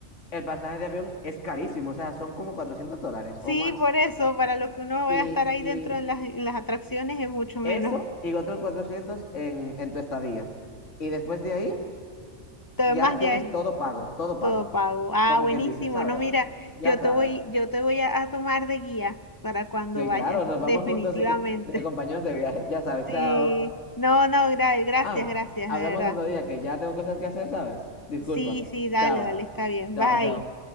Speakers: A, on the left; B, on the left.
A: el pasaje de avión es carísimo, o sea, son como 400 dólares
B: Sí,
A: o más.
B: por eso, para lo que uno vaya
A: Y,
B: a estar ahí
A: y
B: dentro en las, en las atracciones es mucho menos.
A: eso y otros 400 en, en tu estadía. Y después de ahí
B: Todo
A: ya
B: demás
A: tienes
B: ya es
A: todo pago, todo
B: todo
A: pago,
B: pago. Ah,
A: como
B: buenísimo.
A: quien dice, ¿sabes?
B: No, mira,
A: Ya
B: yo
A: sabes.
B: te voy, yo te voy a, a tomar de guía para cuando
A: Sí,
B: vayas,
A: claro, nos
B: definitivamente.
A: vamos juntos y- y de compañeros
B: <laughs>
A: de viaje, ya sabes,
B: Sí,
A: chao.
B: no, no, gra- gracias,
A: Ah,
B: gracias,
A: hablamos
B: de verdad.
A: otro día que ya tengo cosas que hacer, ¿sabes? Disculpa.
B: Sí, sí, dale,
A: Chao,
B: dale, está bien.
A: chao,
B: Bye.
A: chao.